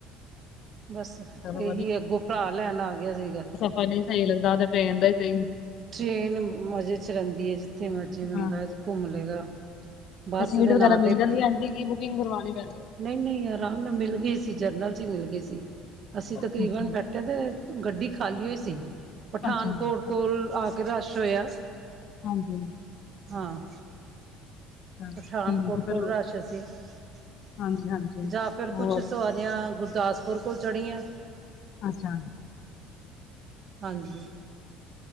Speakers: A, on the right; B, on the left.
A: <inaudible> ਬਸ
B: ਚਲੋ
A: ਇਹੀ ਅੱਗੋਂ ਭਰਾ ਲੈਣ ਆ ਗਿਆ ਸੀਗਾ।
B: ਨਹੀ ਸਹੀ ਲੱਗਦਾ ਤਾਂ ਟ੍ਰੇਨ ਦਾ ਹੀ ਸਹੀ।
A: ਟ੍ਰੇਨ ਮਜ਼ੇ 'ਚ ਰਹਿੰਦੀ ਐ ਜਿੱਥੇ ਮਰਜ਼ੀ ਬੰਦਾ
B: ਹਾਂਜੀ
A: ਘੁੰਮ ਲਏਗਾ। ਬੱਸ
B: ਤੇ ਸੀਟ
A: ਦੇ
B: ਵਗੈਰਾ
A: ਨਾਂ
B: ਮਿਲ ਜਾਂਦੀ ਐਦੀਂ ਕਿ ਬੁਕਿੰਗ ਕਰਾਉਣੀ ਪੈਂਦੀ ਐ।
A: ਨਹੀਂ-ਨਹੀਂ ਆਰਾਮ ਨਾਲ ਮਿਲ ਗਏ ਸੀ। ਜਰਨਲ 'ਚ ਹੀ ਮਿਲ ਗਏ ਸੀ। ਅਸੀਂ ਤਕਰੀਬਨ
B: ਅੱਛਾ ਅੱਛਾ
A: ਬੈਠੇ ਤੇ ਫੇਰ ਗੱਡੀ ਖਾਲੀ ਓ ਸੀ। ਪਠਾਨਕੋਟ
B: ਅੱਛਾ
A: ਕੋਲ ਆ ਕੇ ਰਸ਼ ਹੋਇਆ।
B: ਹਾਂਜੀ।
A: ਹਾਂ।
B: ਚਲੋ
A: ਪਠਾਨਕੋਟ
B: ਠੀਕ ਫਿਰ
A: ਕੋਲ
B: ਹੋਰ
A: ਰਸ਼
B: ਕੀ।
A: ਸੀ। <unintelligible>
B: ਹਾਂਜੀ ਹਾਂਜੀ
A: ਜਾਂ ਫਿਰ
B: ਹੋਰ
A: ਕੁਛ ਸਵ ਜਾਂ ਗੁਰਦਾਸਪੁਰ ਕੋਲ ਚੜ੍ਹੀਆਂ।
B: ਅੱਛਾ।
A: ਹਾਂਜੀ।